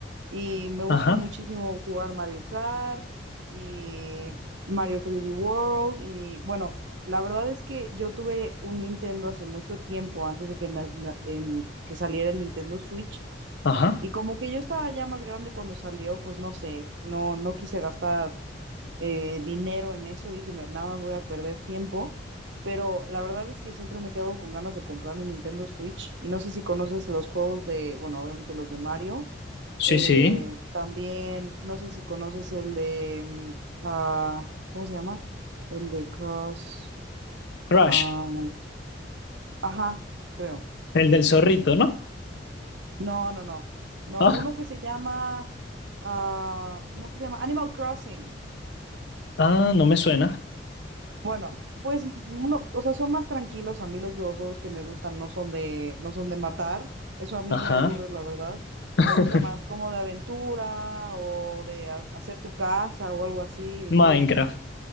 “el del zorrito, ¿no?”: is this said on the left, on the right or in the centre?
Left